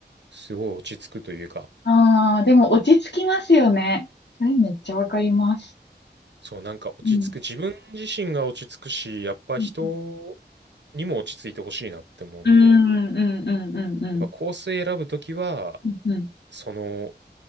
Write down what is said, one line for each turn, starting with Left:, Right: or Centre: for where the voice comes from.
Right: すごい落ち着くというか、
Left: ああ、でも落ち着きますよね。それめっちゃわかります。
Right: そう、なんか落ち着く、
Left: うん、
Right: 自分自身が落ち着くし、やっぱ人
Left: うん、
Right: にも落ち着いてほしいなって思うんで、
Left: うん、うん、うん、うん、うん。
Right: やっぱコース選ぶときは、
Left: うんうん
Right: その